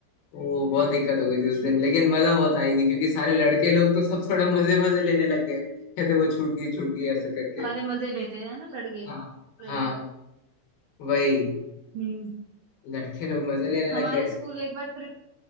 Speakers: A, on the left; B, on the right.
A: वो बहुत दिक्कत हो गई थी
B: अच्छा
A: उस दिन लेकिन मजा बहुत आई थी क्योंकि सारे लड़के लोग तो सब थोड़ा मजे मजे लेने लग गए कहते वो छूट गई छूट गई ऐसे करके
B: सारे मजे लेते हैं ना लड़के
A: हाँ
B: लड़की
A: हाँ वही
B: हम्म
A: लड़के लोग मजे लेने लग
B: हमारे
A: गए
B: स्कूल एक बार ट्रिप